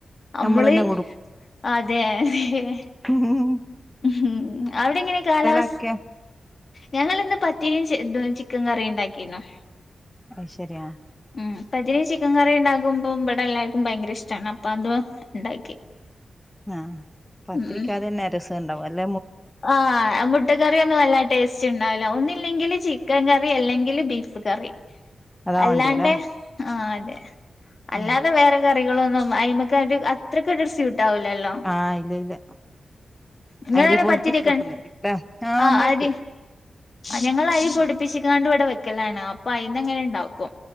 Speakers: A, on the left; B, in the centre.
A: നമ്മള്
B: നമ്മളന്നെ
A: അതെ അതെ.
B: ഉം
A: ഉം അവിടെ എങ്ങനെ കാലാവസ്ഥ.
B: ആക്കിയ
A: ഞങ്ങള് ഇന്ന് പത്തിരിയും ചിക്കൻ കറി ഉണ്ടാക്കിരുന്നു.
B: അത് ശരിയാ.
A: ഉം പത്തിരീം ചിക്കൻ കറി ഉണ്ടകുമ്പോ ഇവിടെ എല്ലാർക്കും ഭയങ്കര ഇഷ്ടാണ് അപ്പൊ അത്. ഉണ്ടാക്കി.
B: ആഹ് പത്തിരിക്കതന്നെ
A: ഉം
B: രസണ്ടാവും അല്ല.
A: ആഹ് മുട്ട കറിയൊന്നും വല്ലാ. ടേസ്റ്റ് ഉണ്ടാവില്ല ഒന്നില്ലെങ്കില് ചിക്കൻ കറി അല്ലെങ്കില് ബീഫ് കറി.
B: അതാ
A: അല്ലാണ്ട്
B: വേണ്ടിയല്ലേ
A: ആഹ് അതെ അല്ലാതെ
B: ഉം
A: വേറെ. കറികളൊന്നും അയിമക് ആയിട്ട് അത്രക് സിട്ടാവില്ലല്ലോ.
B: ആഹ് ഇല്ല ഇല്ല
A: ഇങ്ങളെങ്ങനെ
B: അരി പൊടിപ്പിച്ച്
A: പത്തിരിയൊക്കെ
B: വെക്കുന്നേട്ട ആ
A: ആഹ്
B: ഉണ്ടാക്കൂ.
A: അരി ഞങ്ങള് അരി പൊടിപ്പിച്ചിക്കാണ്ട് ഇവിടെ വെക്കലാണ് അപ്പൊ അയിന്നഅങ്ങനെ ഉണ്ടാക്കും.